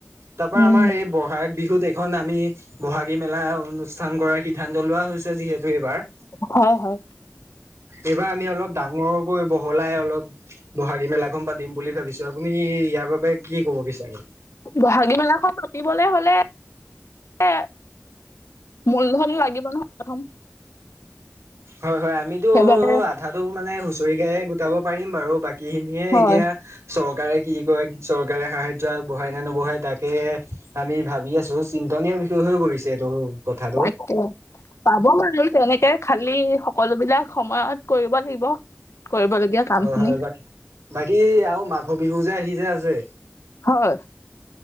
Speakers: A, on the right; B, on the left.
A: তাৰ পৰা
B: উম
A: আমাৰ এই বহাগ বিহুত এইখন আমি বহাগী মেলা অনুচ ষ্ঠান কৰাৰ সিদ্ধান্ত লোৱা হৈছে যিহেতু এইবাৰ।
B: হয় হয়
A: এইবাৰ আমি অলপ ডাঙৰকৈ বহলাই অলপ বহাগী মেলাখন পাতিম বুলি ভাবিছো। আপুনি ইয়াৰ বাবে কি ক'ব বিচাৰে?
B: বহাগী মেলাখন পাতিবলে হ'লে এ মূলধন লাগিব নহয় প্ৰথম।
A: হয়, হয়। আমিতো
B: সেইবাবে
A: আধাটো মানে হুঁচৰি গায়ে গোটাব পাৰিম বাৰু। বাক কি খিনিয়ে
B: হয়
A: এতিয়া চৰকাৰে কি কৰে? চৰকাৰে সাহায্য আগবঢ়ায় নে নবঢ়ায় তাক সেই আমি ভাবি আছো। চিন্তনীয় বিষয় হৈ পৰিছে এইটো। কথাটো
B: তাকে। পাব পাৰি তেনেকে খালি সকলো বিলাক সময়ত কৰিব লাগিব কৰিবলগীয়া। কাম
A: হয়,
B: খিনি
A: হয় বাকী বাকী আৰু মাঘৰ বিহু যে আহি যে আছে
B: হয়,